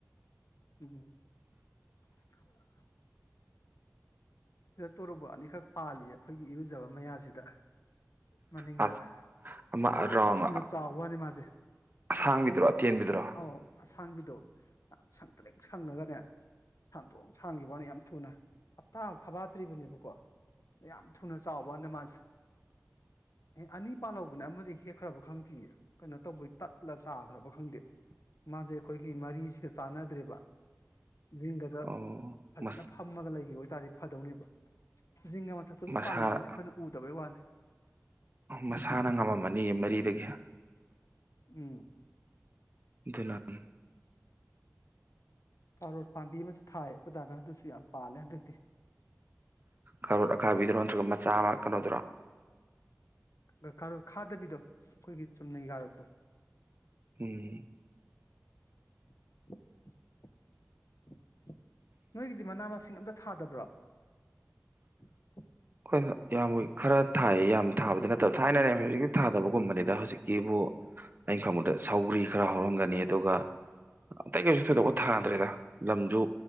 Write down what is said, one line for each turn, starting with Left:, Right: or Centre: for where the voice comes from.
Left: ꯎꯝ ꯎ <unintelligible> ꯁꯤꯗ ꯇꯣꯔꯨꯕ ꯑꯅꯤꯈꯛ ꯄꯥꯜꯂꯤ ꯑꯩꯈꯣꯏꯒꯤ ꯏꯔꯨꯖꯕ ꯃꯌꯥꯁꯤꯗ ꯃꯅꯤꯡꯗ
Right: ꯑꯥ ꯑꯃ
Left: ꯌꯥꯝ
Right: ꯔꯥꯎꯟ
Left: ꯊꯨꯅ ꯆꯥꯎ ꯋꯥꯅꯤ ꯃꯥꯁꯦ
Right: ꯑꯁꯥꯡꯕꯤꯗꯨꯔꯣ ꯑꯇꯦꯟꯕꯤꯗꯨꯔꯣ
Left: ꯑꯧ ꯑꯁꯥꯡꯕꯤꯗꯣ ꯌꯥꯝ ꯁꯪ ꯇ꯭ꯔꯦꯛ ꯁꯪꯉꯒꯅꯦ ꯁꯥꯡꯗ꯭ꯔꯣꯛ ꯁꯥꯡꯈꯤꯕꯅꯤ ꯌꯥꯝ ꯊꯨꯅ ꯍꯞꯇꯥ ꯐꯐꯠꯇ꯭ꯔꯤꯕꯅꯦꯕꯀꯣ ꯌꯥꯝ ꯊꯨꯅ ꯆꯥꯎꯕꯗ ꯃꯥꯁꯦ ꯑꯦ ꯑꯅꯤ ꯄꯥꯜꯍꯧꯕꯅꯦ ꯑꯃꯗꯤ ꯍꯦꯛꯈ꯭ꯔꯕ ꯈꯪꯗꯦ ꯀꯩꯅꯣ ꯇꯧꯕꯩ ꯇꯠꯂ ꯇꯥꯈ꯭ꯔꯕ ꯈꯪꯗꯦ ꯃꯥꯁꯦ ꯑꯩꯈꯣꯏꯒꯤ ꯃꯔꯤꯁꯤꯒ ꯆꯥꯟꯅꯗ꯭ꯔꯦꯕ ꯖꯤꯡꯒꯗ
Right: ꯑꯣ
Left: ꯐꯖꯅ
Right: ꯃꯁꯥ
Left: ꯐꯝꯃꯒ ꯂꯩꯈꯤꯕ ꯑꯣꯏꯇꯥꯥꯔꯗꯤ ꯕ ꯖꯤꯡ ꯃꯊꯛꯇꯁꯨ
Right: ꯃꯁꯥꯅ
Left: ꯄꯥꯜꯂꯝꯒꯅꯤ ꯑꯩꯈꯣꯏꯅ ꯎꯗꯕꯩ ꯋꯥꯅꯤ
Right: ꯃꯁꯥꯅ ꯉꯝꯃꯝꯃꯅꯤꯌꯦ ꯃꯔꯤꯗꯒꯤ
Left: ꯎꯝ
Right: ꯗꯨꯂꯃꯤ
Left: ꯀꯥꯔꯣꯠ ꯄꯥꯝꯕꯤ ꯑꯃꯁꯨ ꯊꯥꯏ ꯑꯩꯈꯣꯏꯗꯥꯅ ꯑꯗꯨꯁꯨ ꯌꯥꯝ ꯄꯥꯜꯂꯦ ꯍꯟꯗꯛꯇꯤ
Right: ꯀꯥꯔꯣꯠ ꯑꯈꯥꯕꯤꯗꯔꯣ ꯅꯠꯇ꯭ꯔꯒ ꯃꯆꯥ ꯑꯃ ꯀꯩꯅꯣꯗꯨꯔ
Left: ꯥ ꯈꯥꯗꯕꯤꯗꯣ ꯑꯩꯈꯣꯏꯒꯤ ꯆꯨꯝꯅꯩ ꯀꯥꯔꯣꯠꯇꯣ
Right: ꯎꯝ
Left: <inaudible> ꯅꯣꯏꯒꯤꯗꯤ ꯃꯅꯥ ꯃꯁꯤꯡ ꯑꯝꯇ ꯊꯥꯗꯕ꯭ꯔꯣ <unintelligible>
Right: ꯍꯣꯏ ꯁꯥ ꯌꯥꯝ ꯈꯔ ꯊꯥꯏꯑ ꯌꯥꯝ ꯊꯥꯕꯗꯤ ꯅꯠꯇꯕ ꯊꯥꯏꯅꯔꯦ ꯍꯧꯖꯤꯛꯀꯤ ꯊꯥꯗꯕꯒꯨꯝꯕꯅꯤꯗ ꯍꯧꯖꯤꯛꯀꯤ ꯀꯤꯕꯨ ꯑꯩꯅ ꯈꯪꯕꯗ ꯁꯥꯎꯒ꯭ꯔꯤ ꯈꯔ ꯍꯧꯔꯝꯒꯅꯤ ꯑꯗꯨꯒ ꯑꯇꯩ ꯀꯩꯁꯨ ꯊꯣꯏꯗꯣꯛꯄ ꯊꯥꯗ꯭ꯔꯦꯗ ꯂꯝꯁꯨ